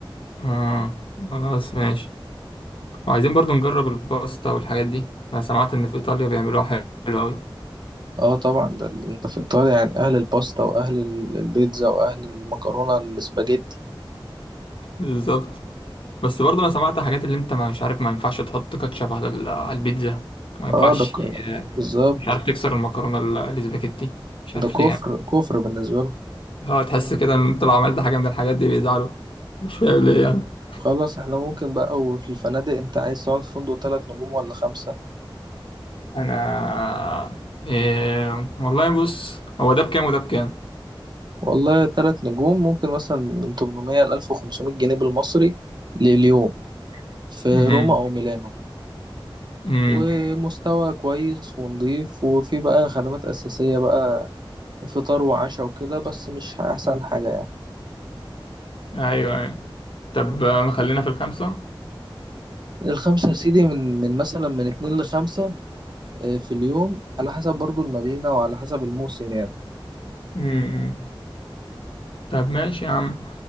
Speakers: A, on the left; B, on the right.
A: اه خلاص ماشي وعايزين برضو نجرب الباستا والحاجات دي انا سمعت ان في ايطاليا بيعملوها حلو قوي
B: اه طبعا ده ال- انت في ايطاليا يعني اهل الباستا واهل ال- البيتزا واهل المكرونه الاسباجيتي
A: بالظبط بس برضه انا سمعت حاجات اللي انت ما- مش عارف ما ينفعش تحط كاتشب على ال- على البيتزا ما ينفعش
B: اه ده ك- بالظبط
A: مش عارف تكسر المكرونه ال- الاسباجيتي مش
B: ده
A: عارف
B: كفر
A: ليه يعني
B: كفر بالنسبه له
A: اه تحس كده ان انت لو عملت حاجه من الحاجات دي بيزعلوا مش فاهم ليه يعني
B: خلاص احنا ممكن بقى وفي الفنادق انت عايز تقعد في فندق تلات نجوم ولا خمسة
A: انا إيه... والله بص هو ده بكام وده بكام
B: والله تلات نجوم ممكن مثلا من 800 ل 1500 جنيه بالمصري لليوم في
A: امم
B: روما او ميلانو
A: امم
B: ومستوى كويس ونضيف وفي بقى خدمات اساسيه بقى فطار وعشاء وكده بس مش احسن حاجه يعني
A: ايوه ايوه طب آه، خلينا في الخمسه
B: الخمسة يا سيدي من من مثلا من اتنين لخمسة آه، في اليوم على حسب برضو المدينة وعلى حسب الموسم يعني
A: امم طب ماشي يا عم